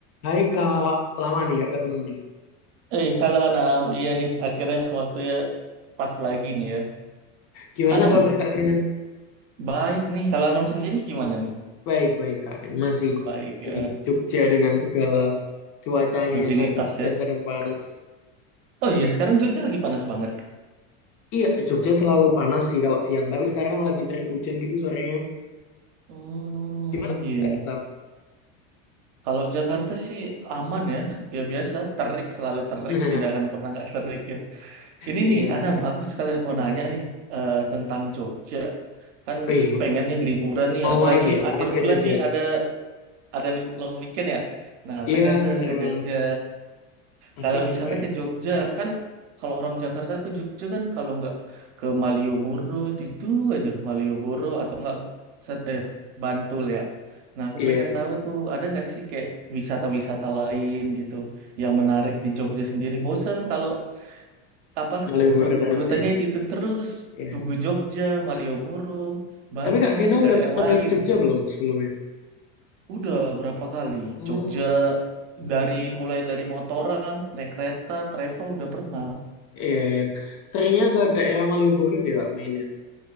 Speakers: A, on the left; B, on the right.
A: Hai Kak, lama nih Kak ketemu nih.
B: Eh, halo Anam. Iya nih, akhirnya waktunya pas lagi nih ya.
A: Gimana
B: Anam,
A: kabar Kak Gena?
B: baik nih. Kalau Anam sendiri gimana nih?
A: Baik, baik Kak. Masih
B: Baik
A: di
B: ya,
A: Jogja dengan segala cuacanya
B: rutinitas
A: yang kadang hujan
B: ya.
A: kadang panas.
B: Oh iya, sekarang Jogja lagi panas banget.
A: Iya, Jogja selalu panas sih kalau siang, tapi sekarang lagi sering hujan gitu sorenya.
B: Hmm,
A: Gimana
B: iya.
A: Kak?
B: iya. Kalau Jakarta sih aman ya. Ya biasa, terik, selalu terik.
A: <laughs>
B: Tidak akan pernah nggak terik ya. Ini
A: Iya,
B: nih, Anam,
A: iya.
B: aku sekalian mau nanya nih eh, tentang Jogja. Kan
A: Wih,
B: pengen nih liburan nih,
A: mau
B: apalagi
A: main ya, mau
B: akhir
A: main ke
B: bulan
A: Jogja.
B: nih ada ada li- long weekend ya. Nah,
A: Iya,
B: pengen tuh
A: bener
B: ke
A: banget.
B: Jogja.
A: Asik
B: Kalau misalnya
A: tuh kayaknya.
B: ke Jogja kan kalau orang Jakarta ke Jogja kan kalau nggak ke Malioboro itu aja Malioboro atau nggak set eh Bantul ya. Nah aku
A: Iya,
B: pengen tahu tuh ada nggak sih kayak wisata-wisata lain gitu yang menarik di Jogja sendiri. Bosen kalau apa
A: mau liburan
B: rut-
A: terus
B: rutenya
A: ya.
B: itu, itu terus
A: Iya.
B: Tugu Jogja, Malioboro, Bantul
A: Tapi Kak Gena
B: nggak
A: udah
B: ada
A: pernah
B: yang lain.
A: ke Jogja belum sebelumnya?
B: Udah berapa kali
A: Oh.
B: Jogja dari mulai dari motoran, naik kereta, travel udah pernah.
A: Iya, iya. Seringnya ke daerah Malioboro itu ya Kak, mainnya.